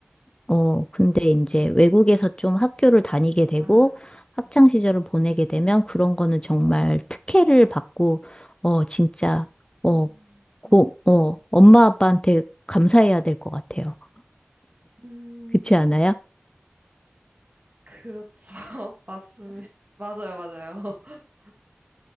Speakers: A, on the left; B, on the right.
A: 어, 근데
B: 음.
A: 이제 외국에서 좀 학교를 다니게 되고
B: 아,
A: 학창 시절을 보내게 되면 그런 거는 정말 특혜를 받고 어, 진짜 어,
B: 음,
A: 고,
B: 음,
A: 어,
B: 음,
A: 엄마 아빠한테 감사해야 될 것 같아요.
B: 음,
A: 그렇지 않아요?
B: 그렇죠. <laughs> 맞습니다. 맞아요, 맞아요. <laughs>